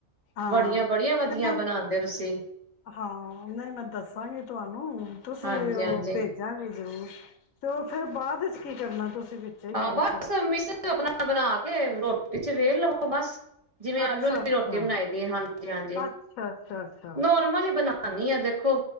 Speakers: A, on the left; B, on the right.
A: ਹਾਂ
B: ਬੜੀਆਂ ਬੜੀਆਂ ਵਧੀਆ
A: ਤੇ ਮੈਂ
B: ਬਣਾਉਂਦੇ ਤੁਸੀਂ
A: ਹਾਂ ਨਹੀਂ ਮੈਂ ਦੱਸਾਂਗੀ ਤੁਹਾਨੂੰ ਤੁਸੀਂ
B: ਹਾਂਜੀ
A: ਉਹ
B: ਹਾਂਜੀ
A: ਭੇਜਾਂਗੇ ਜ਼ਰੂਰ ਤੇ ਉਹ ਫੇਰ ਬਾਅਦ ਚ ਕੀ ਕਰਨਾ ਤੁਸੀਂ ਵਿੱਚੇ ਹੀ
B: ਹਾਂ
A: ਗੱਲ
B: ਬਸ
A: ਛੱਡ
B: ਮਿਸ ਆਪਣਾ ਬਣਾ ਕੇ ਰੋਟੀ ਵਿੱਚ ਵੇਲ ਲਓ ਬਸ ਜਿਵੇਂ ਆਲੂ
A: ਅੱਛਾ ਅੱਛਾ
B: ਰੋਟੀ ਬਣਾਈ ਦੀ ਹਾਂਜੀ ਹਾਂਜੀ
A: ਅੱਛਾ ਅੱਛਾ ਅੱਛਾ
B: ਨੋਰਮਲ ਹੀ ਬਣਾ ਨਹੀਂ ਆ ਦੇਖੋ